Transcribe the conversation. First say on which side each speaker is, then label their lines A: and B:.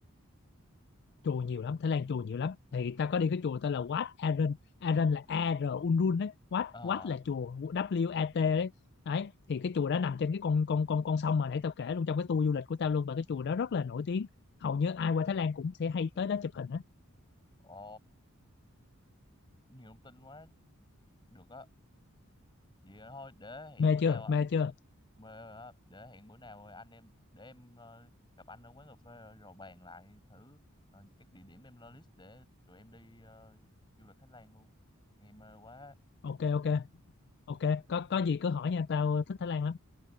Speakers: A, on the left; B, on the left.
A: chùa nhiều lắm Thái Lan chùa nhiều lắm thì ta có đi cái chùa tên là Wat Arun Arun là A R Unrun đấy Wat
B: Ờ,
A: Wat là chùa W A T đấy đấy thì cái chùa đó nằm trên cái con con con con sông mà nãy tao kể luôn trong cái tour du lịch của tao luôn và cái chùa đó rất là nổi tiếng hầu như ai qua Thái Lan cũng sẽ hay tới đó chụp hình á
B: ồ, nhiều thông tin quá, được á. Vậy thôi để hẹn
A: mê
B: bữa nào
A: chưa mê chưa
B: mà ờ, để hẹn bữa nào anh em để em ờ, gặp anh ở quán cà phê rồi bàn lại thử ờ, các địa điểm em lo list để tụi em đi ờ, du lịch Thái Lan luôn nghe mơ quá
A: ok ok ok có có gì cứ hỏi nha tao thích Thái Lan lắm